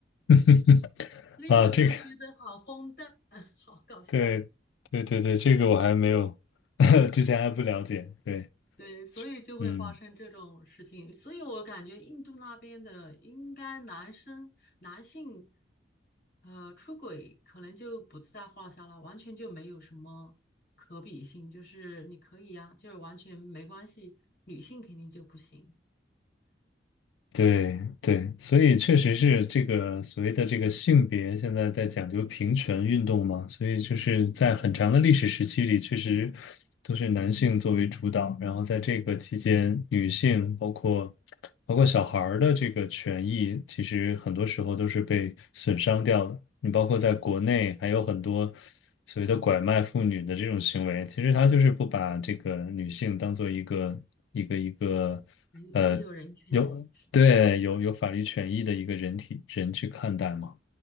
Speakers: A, on the left; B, on the left.
A: <laughs>
B: 所以我就觉得好荒诞，
A: 啊，这个，
B: <laughs> 好搞笑。
A: 对，对对对，这个我还没有，<laughs> 之前还不了解。对，
B: 对，所以就会发生这种事情。
A: 嗯，
B: 所以我感觉印度那边的应该男生男性，呃，出轨可能就不在话下了，完全就没有什么可比性。就是你可以呀、就是完全没关系。女性肯定就不行，
A: 对对，所以确实是这个所谓的这个性别现在在讲究平权运动嘛，所以就是在很长的历史时期里，确实都是男性作为主导，然后在这个期间，女性包。包括小孩儿的这个权益，其实很多时候都是被损伤掉的。你包括在国内还有很多所谓的拐卖妇女的这种行为，其实他就是不把这个女性当做一个一个一个呃有对有有法律权益的一个人体人去看待嘛。
B: 人没有人权。是